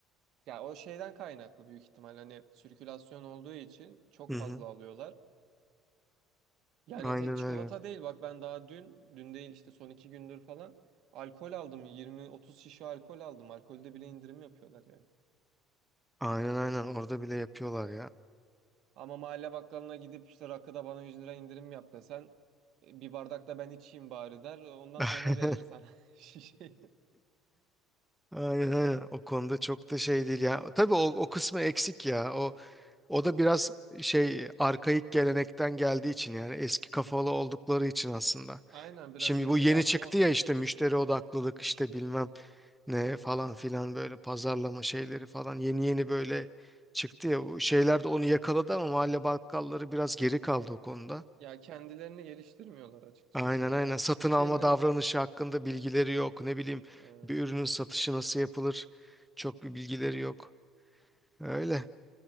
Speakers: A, on the right; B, in the centre.
A: Ya o şeyden kaynaklı büyük ihtimal. Hani sirkülasyon olduğu için çok
B: Hı hı.
A: fazla alıyorlar. Yani
B: Aynen
A: tek çikolata
B: öyle.
A: değil. Bak ben daha dün, dün değil işte son iki gündür falan. Alkol aldım. 20-30 şişe alkol aldım. Alkolde bile indirim yapıyorlar yani.
B: Aynen aynen orada bile yapıyorlar ya.
A: Ama mahalle bakkalına gidip işte rakıda bana 100 lira indirim yap desen e, bir bardak da ben içeyim bari der. Ondan
B: <laughs>
A: sonra verir sana <laughs> şişeyi.
B: Aynen aynen o konuda çok da şey değil ya. Tabii o, o kısmı eksik ya. O o da biraz şey arkaik gelenekten geldiği için yani eski kafalı oldukları için aslında.
A: Aynen biraz
B: Şimdi
A: öyle
B: bu yeni
A: ya
B: çıktı
A: o
B: ya işte müşteri odaklılık işte bilmem ne falan filan böyle pazarlama şeyleri falan yeni yeni böyle çıktı ya. Bu şeyler de onu yakaladı ama mahalle bakkalları biraz geri kaldı o konuda.
A: ya kendilerini geliştirmiyorlar açıkçası
B: Aynen
A: ya.
B: aynen. Satın
A: Hiçbirinin
B: alma davranışı hakkında bilgileri yok. Ne bileyim
A: evet
B: bir ürünün satışı nasıl yapılır? Çok bir bilgileri yok. Öyle.